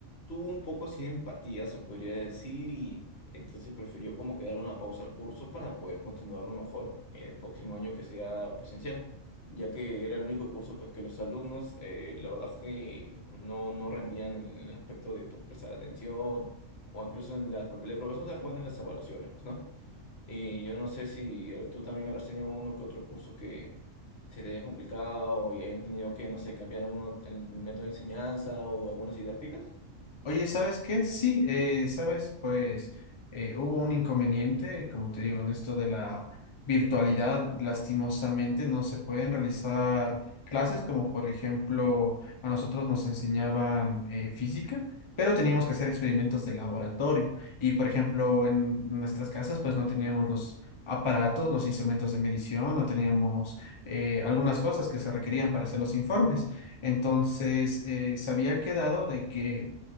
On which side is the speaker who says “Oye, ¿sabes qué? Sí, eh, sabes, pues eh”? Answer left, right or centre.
Left